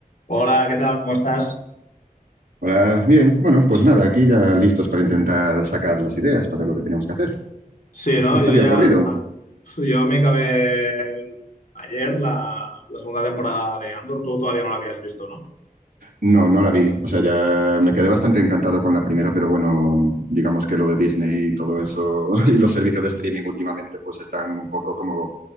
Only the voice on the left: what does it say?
Hola, ¿qué tal? ¿Cómo estás?
Sí, ¿no?
Yo
ya,
yo me acabé ayer la, la segunda temporada de Andor, tú todavía no la habías visto, ¿no?